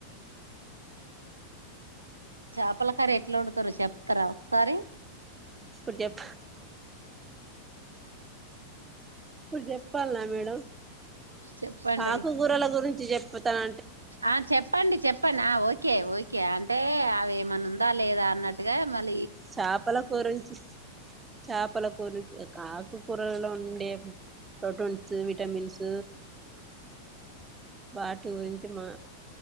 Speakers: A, on the right; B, on the right.
A: చాపల కర్రీ ఎట్లా వండుతరో చెప్తారా ఒకసారి.
B: ఇప్పుడు చెప్పు ఇప్పుడు చెప్పాల్నా మేడం.
A: చెప్పండి
B: పాకు కూరల గురి తి జెప్పుతాన్
A: ఆ చెప్పండి చెప్పండి ఆ ఓకే ఓ కి అంటే అవి మనం దా లేదా అన్నట్టుగా మలి
B: చాపల కూరుంచి చాపల కూరుంచి ఇగ కాకుకూరలో ఉండే ప్రోటీన్స్ విటమిన్స్ వాటి గురించి మా